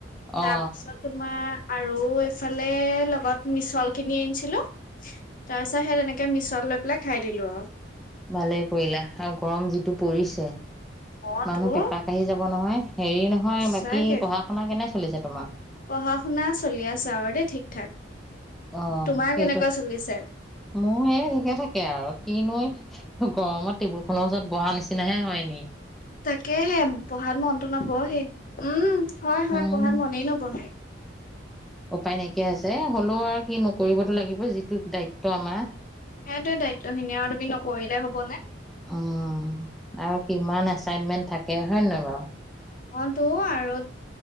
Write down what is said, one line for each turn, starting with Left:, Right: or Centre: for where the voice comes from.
Left: তাৰপিছত
Centre: অ
Left: তোমাৰ আৰু এইফালে লগত মিছল কিনি আনিছিলো তাৰপিছত সেই তেনেকে মিছল লৈ পেলাই খাই দিলো আৰু
Centre: ভালেই কৰিলা আৰু গৰম যিটো পৰিছে
Left: অ
Centre: মানুহ
Left: তোৰ
Centre: পেপা কাঢ়ি যাব নহয় হেৰি নহয়
Left: সঁচাকে
Centre: বাকী পঢ়া শুনা কেনে চলিছে তোমাৰ
Left: পঢ়া শুনা চলি আছ আৰু দেই ঠিক ঠাক
Centre: অ
Left: তোমাৰ
Centre: সেইটো
Left: কেনেকুৱা চলিছে
Centre: মোৰ এই কে থাকে তাকে আৰু কি নৈ গৰমত টেবুল খনৰ ওচৰত বহা নিচিনাহে হয়নি
Left: তাকেহে পঢ়াত মনতো নবেই উম হয় হয়
Centre: উম
Left: পঢ়াত মনেই নবঢ়ে
Centre: উপায় নাইকিয়া আছে হলেও আৰু কি নকৰিবতো লাগিব যিটো দায়িত্ব আমাৰ
Left: সেইটয়ে দায়িত্বখিনি আৰু তুমি নকৰিলে হ'বনে
Centre: উ আৰু কিমান এচাইনমেন্ট থাকে হয়ে নহয় বাৰু
Left: অ তো আৰু